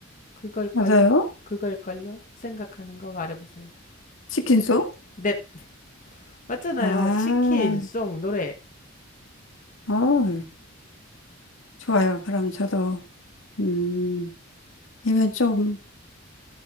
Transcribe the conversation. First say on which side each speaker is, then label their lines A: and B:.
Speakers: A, on the left (about 40°); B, on the left (about 70°).
A: 그걸걸요?
B: 맞아요?
A: 그걸걸요? 생각하는 거 말해보세요.
B: 치킨송?
A: 네, 맞잖아요.
B: 아,
A: 치킨, 송, 노래.
B: 어, 좋아요. 그럼 저도, 음, 이건 좀,